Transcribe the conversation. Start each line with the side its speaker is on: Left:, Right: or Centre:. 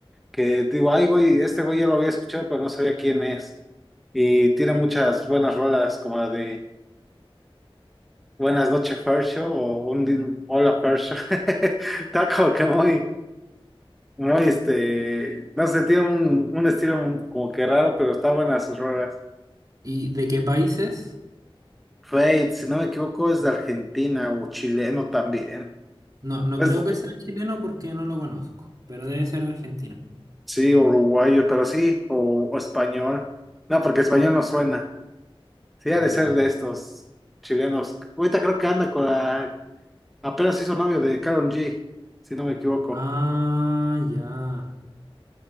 Centre: Que digo, ay, güey, este güey ya lo había escuchado, pero no sabía quién es. Y tiene muchas buenas rolas, como la de Buenas noches, Fercho, o un di- Hola, Fercho. <laughs> Está como que muy. Muy, este, no sé, tiene un, un estilo como que raro, pero está buena sus rolas.
Right: ¿Y de qué países?
Centre: Fate, si no me equivoco, es de Argentina o chileno también.
Right: No, no
Centre: Es-
Right: creo que sea chileno porque no lo conozco, pero debe ser de Argentina.
Centre: sí, uruguayo, pero sí, o, o español. No, porque español no suena. Sí, ha
Right: Mm.
Centre: de ser de estos chilenos. Ahorita creo que anda con la, apenas hizo novio de Karol G, si no me equivoco.
Right: Ah, ya.